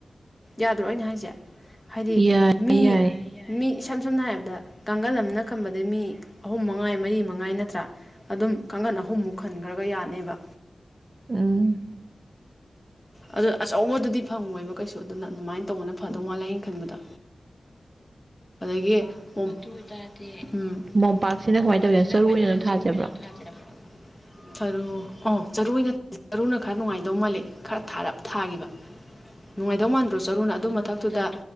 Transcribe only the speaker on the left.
ꯌꯥꯗ꯭ꯔꯣ ꯑꯩꯅ ꯍꯥꯏꯁꯦ ꯍꯥꯏꯗꯤ
ꯃꯤ
ꯃꯤ ꯏꯁꯝ ꯁꯝꯅ ꯍꯥꯏꯔꯕꯗ ꯀꯥꯡꯒꯜ ꯑꯃꯅ ꯈꯟꯕꯗ ꯃꯤ ꯑꯍꯨꯝ ꯃꯉꯥꯏ ꯃꯔꯤ ꯃꯉꯥꯏ ꯅꯠꯇ꯭ꯔꯥ ꯑꯗꯨꯝ ꯀꯥꯡꯒꯟ ꯑꯍꯨꯝꯃꯨꯛ ꯈꯟꯈ꯭ꯔꯒ ꯌꯥꯅꯤꯕ
ꯑꯗꯨ ꯑꯆꯧꯕꯗꯨꯗꯤ ꯐꯪꯉꯣꯏꯕ ꯀꯩꯁꯨ ꯑꯗꯨꯅ ꯑꯗꯨꯃꯥꯏꯅ ꯇꯧꯕꯅ ꯐꯗꯧ ꯃꯥꯜꯂꯦ ꯑꯩꯅ ꯈꯟꯕꯗ <unintelligible> ꯑꯗꯒꯤ ꯑꯗꯨ ꯑꯣꯏꯇꯥꯔꯗꯤ ꯎꯝ
ꯃꯣꯝꯄꯥꯛꯁꯤꯅ
ꯀꯃꯥꯏꯅ
ꯆꯔꯨ
ꯑꯣꯏꯅ ꯊꯥꯖꯦꯕ ꯆꯔꯨ ꯑꯣ ꯆꯔꯨ ꯆꯔꯨꯅ ꯈꯔ ꯅꯨꯡꯉꯥꯏꯗꯧ ꯃꯥꯜꯂꯦ ꯈꯔ ꯊꯥꯔꯞ ꯊꯥꯈꯤꯕ ꯅꯨꯡꯉꯥꯏꯗꯣꯢ ꯃꯥꯟꯗ꯭ꯔꯣ ꯆꯔꯨꯅ ꯑꯗꯨ ꯃꯊꯛꯇꯨꯗ